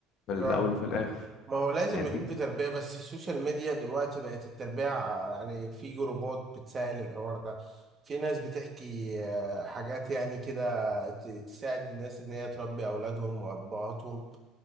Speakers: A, on the left; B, on the right.
A: في الاول
B: اه
A: وفي الاخر
B: ما هو لازم
A: فاهمني
B: يكون في تربية بس السوشيال ميديا دلوقتي بقت التربية ع- يعني في جروبات بتسهل الحوار ده في ناس بتحكي آه، حاجات يعني كده ت- تساعد الناس ان هي تربي اولادهم وابهاتهم